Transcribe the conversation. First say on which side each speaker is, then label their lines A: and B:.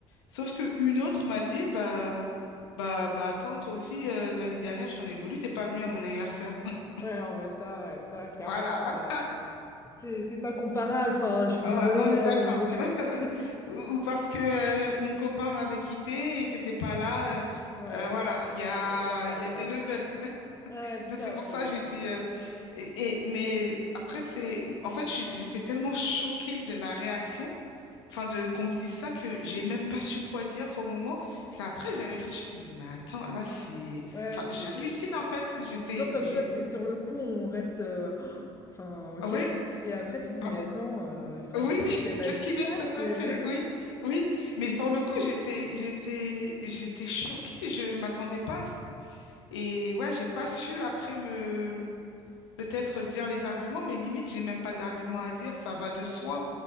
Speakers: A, on the left; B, on the left.
A: Sauf que une autre m'a dit, bah, bah, bah, attends, toi aussi, euh, l'année dernière, je t'en ai voulu, t'es pas venu à mon anniversaire. <laughs>
B: Ouais, non, mais ça, ouais, ça, clairement,
A: Voilà,
B: euh,
A: <laughs>
B: c'est c'est pas comparable. Enfin, je suis
A: Ouais,
B: désolée,
A: on est
B: hein,
A: d'accord.
B: mais- <laughs>
A: <laughs> Ou ou parce que euh, mon copain m'avait quitté et t'étais pas là. euh,
B: Ouais,
A: euh, voilà,
B: c'est-
A: il y a,
B: non, ça,
A: il y a des
B: ouais.
A: levels.
B: Ouais, ouais, c'est
A: Donc
B: ça,
A: c'est pour
B: c'est...
A: ça j'ai dit. euh, et, et- mais après, c'est. En fait, je suis- j'étais tellement choquée de la réaction enfin de qu'on me dise ça que j'ai même pas su quoi dire sur le moment. C'est après j'ai réfléchi, j'ai dit mais attends, là c'est
B: Ouais,
A: enfin
B: c'est...
A: j'hallucine en fait, j'étais
B: C'est toujours comme
A: j'ai
B: ça, c'est sur le coup, on reste, heu, enfin OK
A: Ah oui,
B: et après tu dis:
A: bah,
B: «Mais attends, heu, tu te rends
A: oui
B: compte
A: oui,
B: de ce
A: <laughs>
B: qu'elle m'a
A: qu'est-ce
B: dit
A: qui vient
B: là?
A: de se passer?
B: C'est»
A: Oui. Oui, mais sur le coup, j'étais j'étais j'étais choquée, je m'attendais pas à ça. Et ouais, j'ai pas su après me peut-être dire les arguments, mais limite, j'ai même pas d'arguments à dire, ça va de soi.